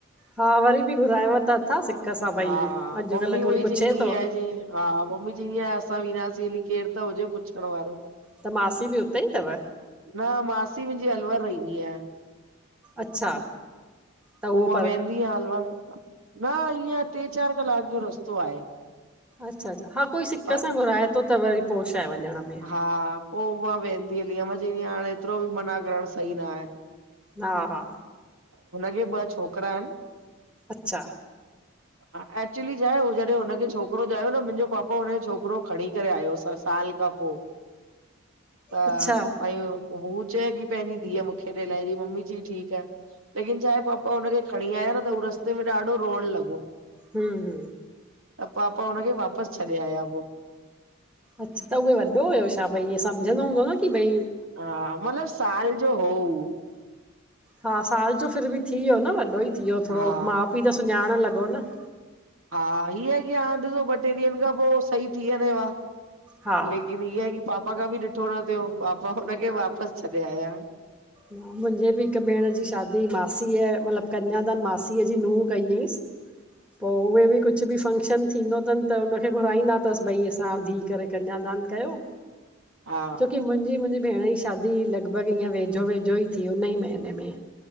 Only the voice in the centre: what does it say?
हा वरी बि घुरायव त अथाव सिक सां भई,
अॼुकल्ह
कोई पुछे
थो!
त मासी बि उते ई थव?
अच्छा, त उह
अच्छा अच्छा, हा कोई सिक
सां घुराए थो त वरी पो छा आहे वञण में!
हा हा
अच्छा
अच्छा
हम्म।
अच्छा त उहो वॾो हुयो छा भई, ईअं समझंदो हूंदो न। की भई
हा साल जो फिर बि थी वियो न वॾो ई थीहो थोरो
माउ पीउ त सुञाण लॻो न।
हा
मुंहिंजे बि हिक भेण जी शादी मासीअ मतिलबु कन्यादान मासीअ जी नूंंह कई हुईसि।
पो उहे बि कुझु बि फंक्शन थींदो अथनि त हुनखे घुराईंदा अथसि भई असां धीअ करे कन्यादान कयो
छोकि मुंहिंजी मुंहिंजी भेण जी शादी लॻभॻ ईअं वेझ वेझो वेझो ई थी हुई हुन ई महीने में